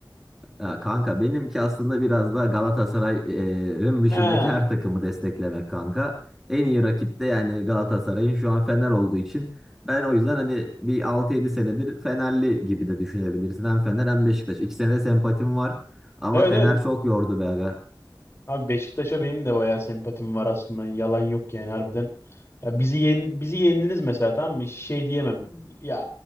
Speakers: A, in the centre; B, on the left.
A: Ya kanka benimki aslında biraz da Galatasaray'ın dışındaki
B: Ha.
A: her takımı desteklemek kanka. En iyi rakip de yani Galatasaray'ın şu an Fener olduğu için ben o yüzden hani bir altı yedi senedir Fenerli gibi de düşünebilirsin. Hem Fener hem Beşiktaş. İkisine de sempatim var. Ama
B: Evet
A: Fener
B: evet.
A: çok yordu be aga.
B: Abi Beşiktaş'a benim de bayağı sempatim var aslında. Yalan yok yani harbiden. Ya bizi yen, bizi yendiniz mesela tamam mı? Şey diyemem. Ya